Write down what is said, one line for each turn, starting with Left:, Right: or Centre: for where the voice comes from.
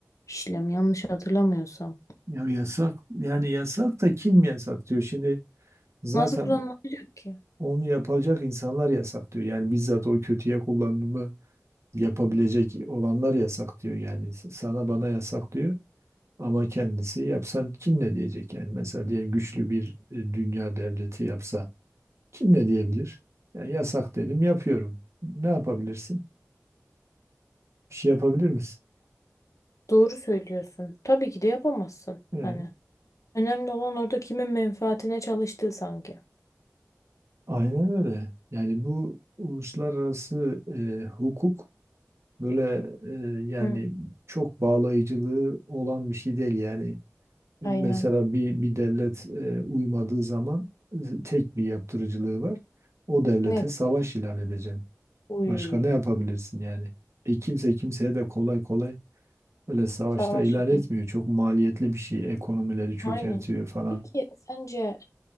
Left: işlem yanlış hatırlamıyorsam.
Right: Ya yasak, yani yasak da kim yasak diyor. Şimdi zaten
Left: Nasıl klonlanacak ki?
Right: onu yapacak insanlar yasak diyor. Yani bizzat o kötüye kullanımı yapabilecek olanlar yasak diyor. Yani s- sana bana yasak diyor. Ama kendisi yapsan kim ne diyecek yani? Mesela diyelim güçlü bir e, dünya devleti yapsa Kim ne diyebilir? Yani yasak dedim, yapıyorum. Ne yapabilirsin? Bir şey yapabilir misin?
Left: Doğru söylüyorsun. Tabii ki de yapamazsın.
Right: Ee,
Left: Hani önemli olan orada kimin menfaatine çalıştığı sanki.
Right: aynen öyle. Yani bu uluslararası e, hukuk böyle e, yani
Left: Hı,
Right: çok bağlayıcılığı olan bir şey değil. Yani mesela
Left: aynen.
Right: bir bir devlet e, uymadığı zaman e, tek bir yaptırıcılığı var. O devlete
Left: Ne?
Right: savaş ilan edeceksin.
Left: Uy.
Right: Başka ne yapabilirsin yani? E kimse kimseye de kolay kolay Öyle savaşta
Left: Savaş
Right: ilan
Left: yüzünden.
Right: etmiyor Çok maliyetli bir şey. Ekonomileri çökertiyor
Left: Aynen.
Right: falan.
Left: Peki sence